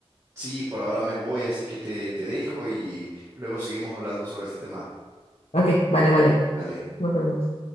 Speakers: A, on the right; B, on the left.
A: Sí, por ahora me voy, así que te, te dejo y luego seguimos hablando sobre este tema.
B: Ok, vale, vale.
A: Ale.
B: Nos vemos.